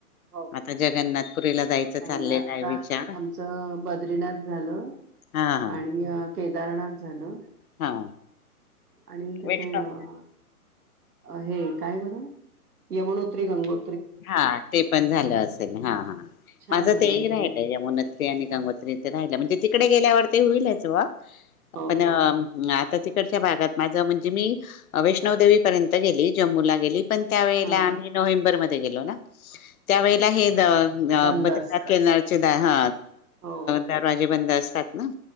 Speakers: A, on the right (about 80°); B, on the left (about 65°).
A: हो
B: आता
A: का नाही
B: जगन्नाथपुरीला जायचं चाललेला
A: आता
B: आहे विचार
A: आमचं बद्रीनाथ झालं
B: हा हा
A: आणि केदारनाथ झालं.
B: हा
A: आणि तिथे
B: वैष्णव
A: अ हे काय बर या म्हण त्री गांगो
B: हा ते पण झालं होत. हा हा
A: छान
B: माझं
A: झालं
B: ते ही
A: एकदम
B: राहीलय यमुना आणि गंगोत्री इथे राहिला म्हजे तिकडे गेल्यावर ते होईलच वा
A: हो
B: पण
A: हो
B: आता
A: हो
B: त डच्या भागात माझ म्हणजे मी वैष्णवदेवीपर्यंत गेली जम्मूला गेली. पण त्यावेळेला
A: हा
B: आम्ही नोव्हेंबरमध्ये. गेलो ना. त्यावेेळेला हे द
A: बंद
B: बद्रीनाथ
A: असत
B: केनारचे द ह
A: हो
B: दरवाजे बंद अस त ना?